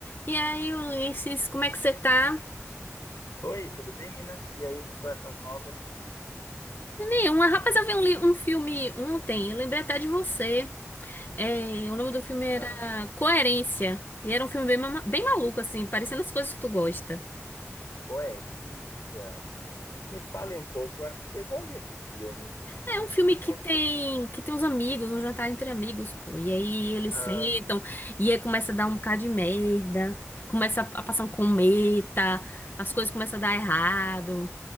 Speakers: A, on the left (about 40°); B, on the left (about 75°).
A: E aí, Ulisses, como é que você tá?
B: Oi, tudo bem, Mina? E aí, quais são as novas?
A: Nenhuma. Rapaz, eu vi um, li- um filme ontem, eu lembrei até de você. É, o nome do filme
B: Ah,
A: era Coerência. E era um filme bem, ma- bem maluco, assim, parecendo as coisas que tu gosta.
B: coerência. Me fale um pouco, eu acho que eu já vi esse filme.
A: É um filme que
B: Conte.
A: tem que tem uns amigos, um jantar entre amigos, pô. E aí eles
B: Ah,
A: sentam, e aí começa a dar um bocado de merda, começa a passar um cometa, as coisas começam a dar errado.